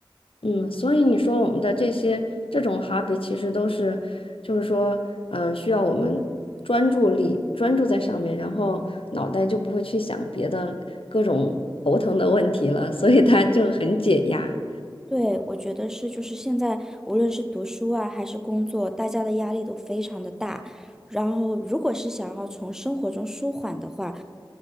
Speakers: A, on the left; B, in the centre.
A: 嗯，所以你说我们的这些这种 hobby 其实都是，就是说，嗯、需要我们专注力专注在上面，然后脑袋就不会去想别的各种头疼的问题了，所以它就很解压。
B: 对，我觉得是，就是现在无论是读书啊，还是工作，大家的压力都非常的大。然后，如果是想要从生活中舒缓的话，